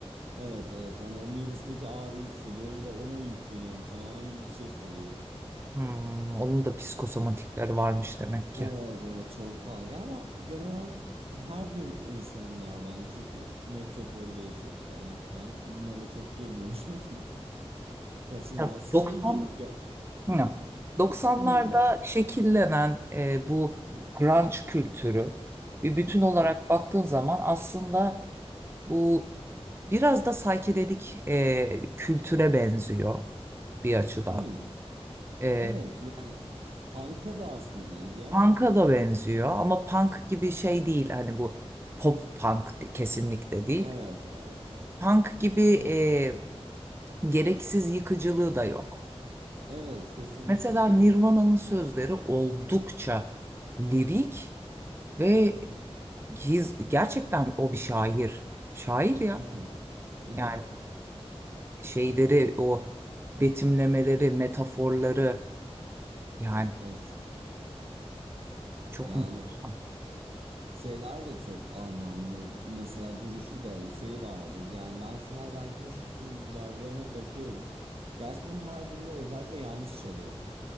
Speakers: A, on the right; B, on the right.
A: Evet evet hani o midesindeki ağrıyı hissediyorum ve ona yükleniyorum tamamen gibi bir şey söylüyordu.
B: Hmm, onun da psikosomatikleri varmış demek ki.
A: Evet evet çok fazla ya ama genel olarak her bir insanın var bence çünkü metropolde yaşıyoruz falan filan bunlara çok girmiyorum <laughs> kaçınılmaz
B: Ya, 90
A: şey ge- ge-
B: Hı.
A: <laughs> bir
B: 90'larda
A: bir de Nirvan
B: şekillenen e, bu
A: <laughs>
B: grunge kültürü bir bütün olarak baktığın zaman aslında Bu biraz da psychedelic e, kültüre benziyor bir açıdan.
A: Hmm.
B: E,
A: Evet yani punk'a da aslında benziyor ama
B: punk'a da benziyor ama punk gibi şey değil. Hani bu pop punk de- kesinlikle değil.
A: evet evet evet
B: Punk gibi e, gereksiz yıkıcılığı da yok.
A: evet kesinlikle
B: Mesela Nirvana'nın sözleri oldukça lirik ve
A: <laughs>
B: his- gerçekten o bir şair. Şair ya.
A: Mhm, mhm.
B: Yani şeyleri o betimlemeleri, metaforları yani
A: Evet.
B: Çok
A: Yani
B: muhteşem.
A: şeyler de çok anlamlı. Mesela duruşu da şey vardır. Yani ben Smells Like Teen Spirit'in live'larına bakıyorum. Gerçekten her birinde özellikle yanlış çalıyor.